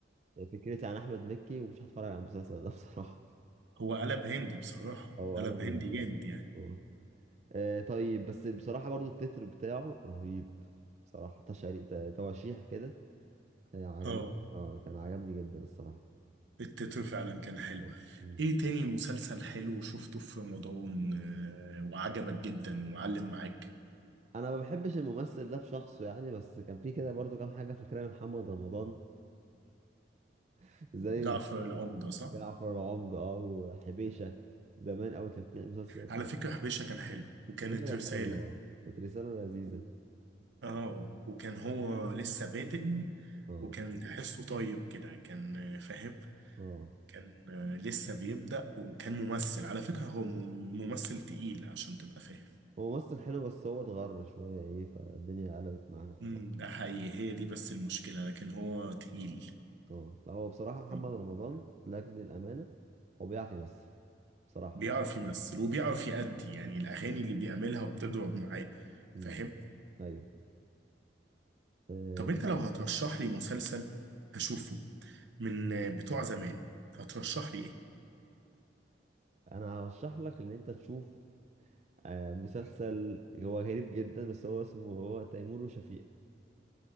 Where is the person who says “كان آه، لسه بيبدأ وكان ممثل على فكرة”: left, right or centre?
Right